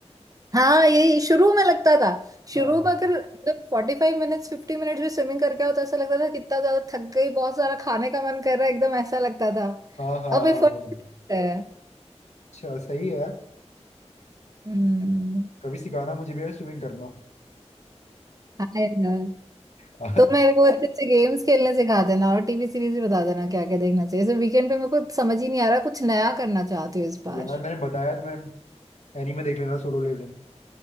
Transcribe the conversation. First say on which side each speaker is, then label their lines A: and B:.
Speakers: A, on the right; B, on the left.
A: हाँ यही शुरू में लगता था शुरू
B: हाँ
A: में अगर मतलब फोर्टी फाइव मिनट्स फिफ्टी मिनट्स में स्विमिंग करके आओ तो ऐसा लगता था कितना ज्यादा थक गई बहुत सारा खाने का मन कर रहा है एकदम ऐसा लगता था
B: हाँ हाँ
A: अब एफर्ट
B: हाँ, वही
A: है
B: अच्छा सही है यार
A: हम्म
B: कभी सिखाना मुझे भी यार स्विमिंग करना
A: हाँ यार
B: <laughs>
A: तो मेरे को अच्छे अच्छे गेम्स खेलने सिखा देना और टीवी सीरीज भी बता देना क्या क्या देखना चाहिए जैसे वीकेंड पे मेरे को समझ ही नहीं आ रहा कुछ नया करना चाहती हूँ इस बार
B: यार मैंने बताया तुम्हें एनीमे देख लेना सोलो लेवलिंग